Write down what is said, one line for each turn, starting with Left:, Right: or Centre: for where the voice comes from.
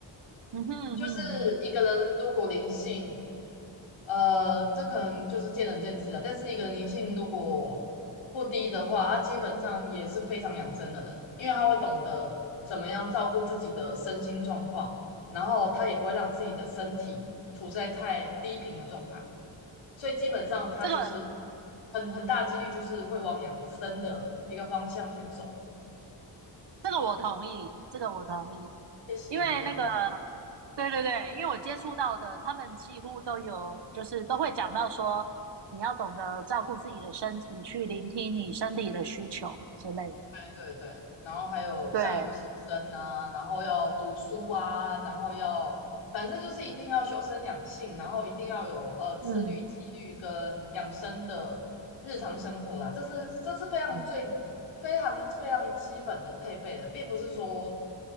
Right: 嗯哼嗯哼嗯哼，
Left: 就是一个人如果灵性，呃，这可能就是见仁见智了。但是一个人灵性如果不低的话，他基本上也是非常养生的人，因为他会懂得怎么样照顾自己的身心状况，然后他也不会让自己的身体处在太低频的状态。所以基本上他就是
Right: 这个
Left: 很很大几率就是会往养生的一个方向去走。
Right: 这个我同意，这个我同意，
Left: 谢谢你的。
Right: 因为那个对对对，因为我接触到的他们几乎都有，就是都会讲到说你要懂得照顾自己的身体，去聆听你身体的需求之类的。
Left: 对对对，然后还有相由心生啊，
Right: 对，
Left: 然后要读书啊，然后要，反正就是一定要修身养性，然后一定要有呃自律、
Right: 嗯
Left: 纪律跟养生的日常生活啦，这是这是非常最非常非常基本的配备的，
Right: 嗯。
Left: 并不是说，